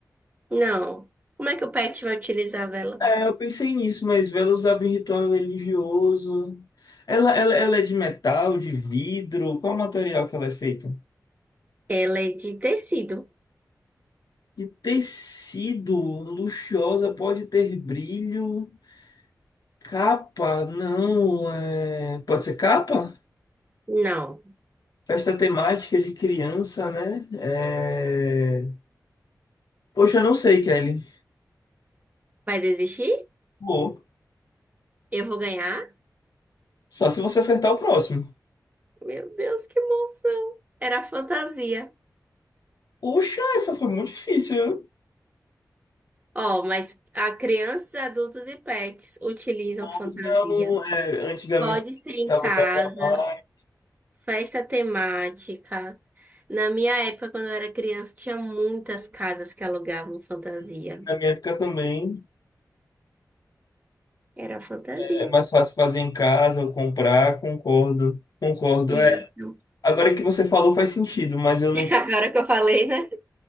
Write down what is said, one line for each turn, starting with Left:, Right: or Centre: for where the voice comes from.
Right: Não. Como é que o pet vai utilizar a vela?
Left: É, eu pensei nisso, mas vela usava em ritual religioso. Ela, ela, ela é de metal, de vidro? Qual material que ela é feita?
Right: Ela é de tecido.
Left: De tecido luxuosa pode ter brilho. Capa, não. É... Pode ser capa?
Right: Não.
Left: Festa temática de criança, né? É... Poxa, eu não sei, Kelly.
Right: Vai desistir?
Left: Pô,
Right: Eu vou ganhar?
Left: só se você acertar o próximo.
Right: Meu Deus, que emoção. Era fantasia.
Left: Poxa, essa foi muito difícil. viu?
Right: Ó, mas a crianças, adultos e pets utilizam fantasia.
Left: Blusão, é, antigamente
Right: Pode ser
Left: se
Right: em
Left: alugava
Right: casa,
Left: mais.
Right: festa temática. Na minha época, quando eu era criança, tinha muitas casas que alugavam fantasia.
Left: Sim, Na minha época também.
Right: Era fantasia.
Left: É mais fácil fazer em casa ou comprar, concordo. Concordo.
Right: Isso.
Left: Agora que você falou faz sentido, mas eu não
Right: <laughs>
Left: tava,
Right: Agora que eu falei, né?